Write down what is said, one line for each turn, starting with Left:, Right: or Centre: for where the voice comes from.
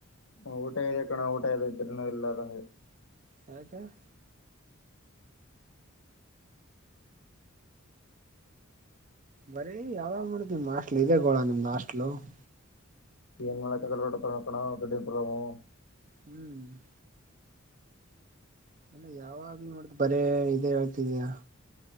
Left: ಹಾ, ಊಟ, ಇದೇ ಕನ, ಊಟ ಇದ್ರು, ಇಲ್ಲಧಂಗೆ. <inaudible>
Right: ಯಾಕು, ಹೇಳು. <inaudible> ಬರೀ, ಯಾವಾಗ್ ನೋಡುದು, ನಿಮ್ ಹಾಸ್ಟೆಲ್, ಇದೆ, ಗೋಳು, ನಿಮ್ದ, ಹಾಸ್ಟೆಲ್ಧು. <inaudible>
Left: ಏನು ಮಾಡಕ್ಕಾಗಲ್ಲ, ನೋಡಣ, ಪಪನೋ ದೊಡಿಪಾರಂ. <inaudible>
Right: ಹ್ಮ್. <inaudible> ಇಲ್ಲ, ಯಾವಾಗ್ ನೋಡಿದ್ರು, ಬಾರಿ, ಇದೇ, ಹೇಳುತೀಧಿಯ,